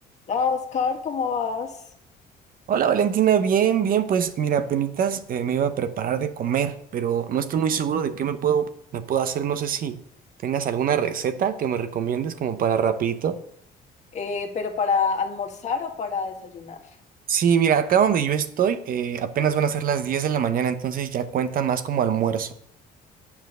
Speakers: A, on the left; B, on the right.
A: Hola Oscar, ¿cómo vas?
B: Hola Valentina, bien, bien, pues mira, apenitas eh, me iba a preparar de comer, pero no estoy muy seguro de qué me puedo, me puedo hacer, no sé si tengas alguna receta que me recomiendes como para rapidito.
A: Eh, ¿pero para almorzar o para desayunar?
B: Sí, mira, acá donde yo estoy eh, apenas van a ser las 10 de la mañana, entonces ya cuenta más como almuerzo.